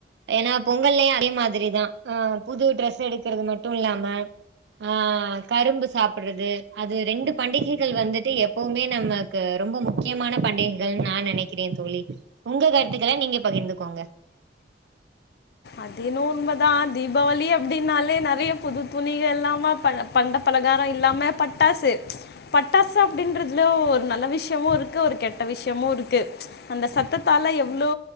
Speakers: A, on the right; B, on the left.
A: ஏனா பொங்கல்லயு அதே மாதிரிதா புது டிரஸ் எடுக்கறது மட்டு இல்லாம ஆ கரும்பு சாப்படறது அது ரெண்டு பண்டிகைகள் வந்துட்டு எப்பவுமே நமக்கு ரொம்ப முக்யமான பண்டிகைகள்ன் நா நெனைக்கிறே தோழி உங்க கருத்துக்கள நீங்க பகிர்ந்துகோங்க
B: அதேனோ உண்மதா தீபாவளி அப்டின்னாலே நெறைய புது துணிக இல்லாம ப பண்ட பலகார இல்லாம பட்டாசு பட்டாசு அப்டின்றதிலு ஒரு நல்ல விஷயமு இருக்கு ஒரு கெட்ட விஷயமு இருக்கு அந்த சத்தத்தால எவ்ளோ